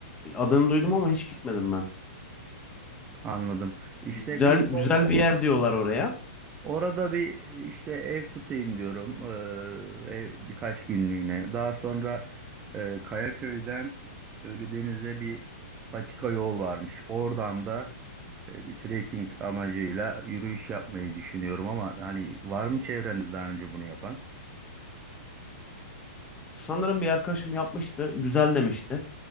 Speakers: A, on the left; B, on the right.
A: Adını duydum ama hiç gitmedim ben.
B: Anladım. İşte
A: Güzel,
B: bir o,
A: güzel
B: o
A: bir yer diyorlar oraya.
B: Orada bir işte ev tutayım diyorum. Ee, ev birkaç günlüğüne. Daha sonra e, Kayaköy'den Ölüdeniz'e bir patika yol varmış. Oradan da e, bir trekking amacıyla yürüyüş yapmayı düşünüyorum ama hani var mı çevrende daha önce bunu yapan?
A: Sanırım bir arkadaşım yapmıştı. Güzel demişti.